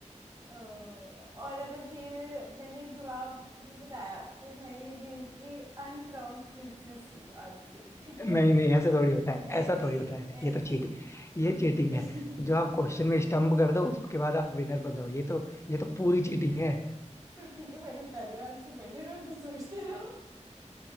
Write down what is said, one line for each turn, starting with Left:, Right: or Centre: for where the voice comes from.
Right: अ, और अगर ये मैंने जवाब तुम्हें बताया तो मैं ये गेम की अनक्राउंड प्रिंसेस हूँ आज से ठीक है
Left: नहीं नहीं ऐसा थोड़ी होता है
Right: ऐसी
Left: ऐसा थोड़ी होता है
Right: ऐसी
Left: ये तो चीटिंग ये चीटिंग
Right: <laughs>
Left: है जो आप क्वेश्चन में स्टम्प कर दो उसके बाद आप विनर बन जाओ ये तो ये तो पूरी चीटिंग है
Right: फिर ठीक है मैंने बता दिया आंसर बैठे रहो तुम सोचते रहो